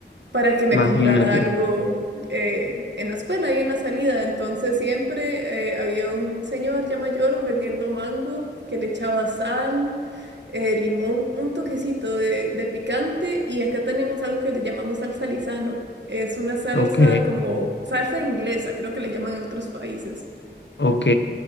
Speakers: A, on the right; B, on the left.
A: para que me
B: imagínate.
A: comprara algo eh, en la escuela y en la salida. Entonces siempre eh, había un señor ya mayor vendiendo mango que le echaba sal, eh, limón, un toquecito de, de picante y acá tenemos algo que le llamamos salsa Lizano. Es una salsa
B: Ok,
A: como salsa inglesa, creo que le llaman en otros países.
B: ok.